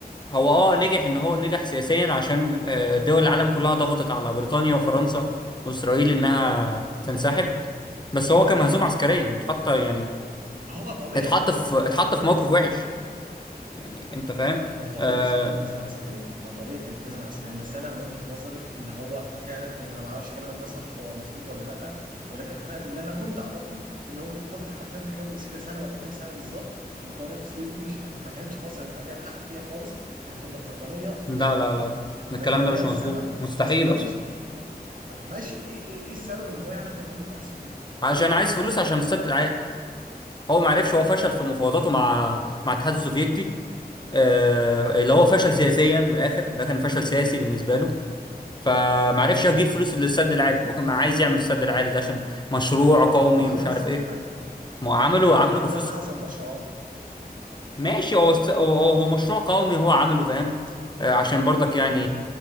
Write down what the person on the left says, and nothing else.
هو اه نجح ان هو نجح سياسيا عشان آه، دول العالم كلها ضغطت على بريطانيا وفرنسا واسرائيل انها تنسحب بس هو كان مهزوم عسكريا واتحط يعني
اتحط
في
اتحط
في موقف وحش يعني انت فاهم
آه
لا
لا لا الكلام
ده
مش
مظبوط مستحيل
اصلا
عشان عايز فلوس عشان السد العالي هو ما عرفش هو فشل في مفاوضاته مع مع الاتحاد السوفيتي آه، اللي هو فشل سياسيا من الاخر ده كان فشل سياسي بالنسبه له فمعرفش اجيب فلوس للسد العالي هو كان عايز يعمل السد العالي ده عشان مشروع قومي
ومش
عارف ايه
ما هو عمله
عمله
بفلوس
ماشي هو است- هو هو هو مشروع قومي هو عمله فاهم آه، عشان برضك يعني